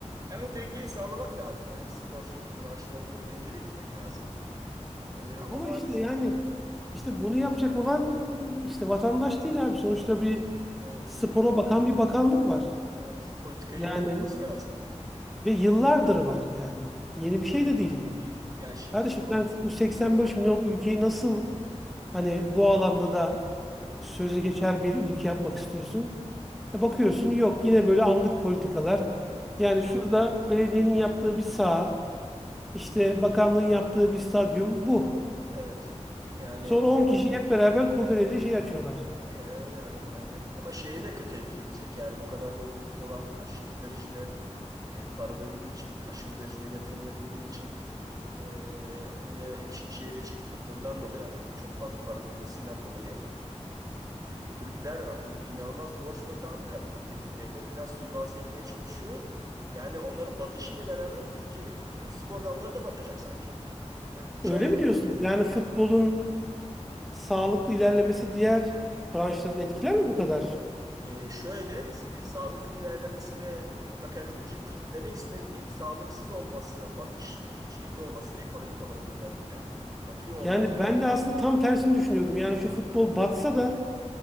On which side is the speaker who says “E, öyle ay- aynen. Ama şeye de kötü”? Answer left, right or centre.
Right